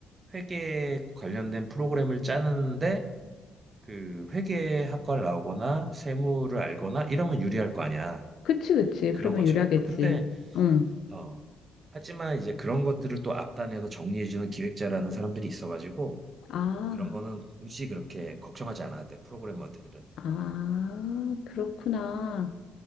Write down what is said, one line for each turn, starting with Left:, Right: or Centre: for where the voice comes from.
Right: 회계 관련된 프로그램을 짜는데 그 회계 학과를 나오거나 세무를 알거나 이러면 유리할 거 아니야.
Left: 그치, 그치.
Right: 그런
Left: 그러면
Right: 것처럼.
Left: 유리하겠지.
Right: 근데
Left: 음,
Right: 어. 하지만 이제 그런 것들을 또 앞단에서 정리해주는 기획자라는 사람들이 있어가지고
Left: 아.
Right: 그런 거는 굳이 그렇게 걱정하지 않아도 돼, 프로그래머들은.
Left: 아,
Right: 음.
Left: 그렇구나.